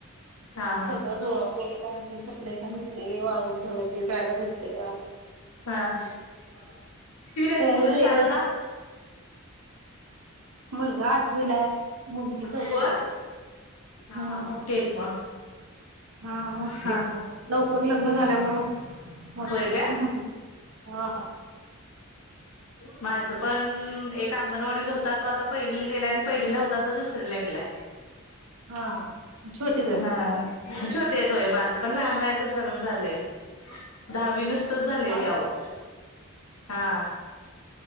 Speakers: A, on the left; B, on the right.
A: हा हा
B: सगळं जळ <unintelligible> करायची <unintelligible> धुतलेली वाळवून ठेवायची बॅगा धुतलेल्या
A: हा कितवीला येत
B: तयारी
A: मुलं
B: तर
A: शाळेला
B: एक असते
A: <inaudible>
B: मुलगा आठवीला आहे मुलगी चौथीला
A: होय
B: ये.
A: हा
B: हं
A: हा मोठी आहेत मग
B: हा मोठेयेत
A: हा हा
B: लवकर लग्न झाल्यामुंळ मोठे
A: होय काय
B: हा हा
A: माझं पण अं एक अंगणवाडीला होता तो आता पहिलीला गेला आणि पहिलीला होता तो दुसरीला गेलाय.
B: हा छोटीच आहेत.
A: हा मुलं छोटे येत होय माझं पण लहान वयातच लग्न झालंय. दहावी नुसतच झालेली
B: हा
A: आहो
B: काय
A: हा